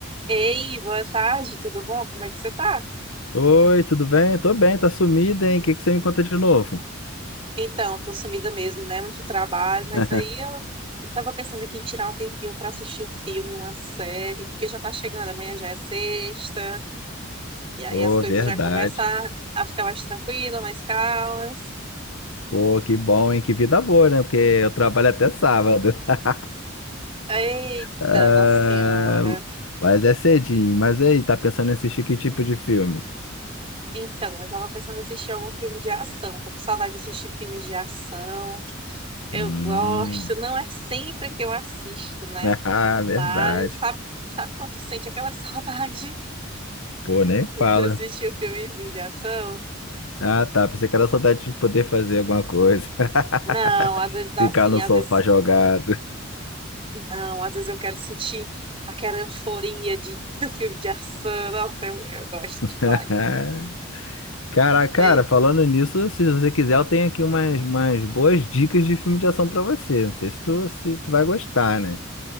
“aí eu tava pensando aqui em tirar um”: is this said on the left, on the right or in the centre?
Right